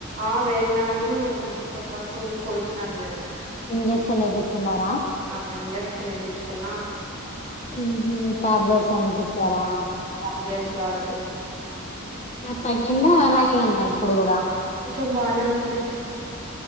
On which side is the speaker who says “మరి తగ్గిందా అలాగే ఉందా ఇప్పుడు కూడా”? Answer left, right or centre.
Left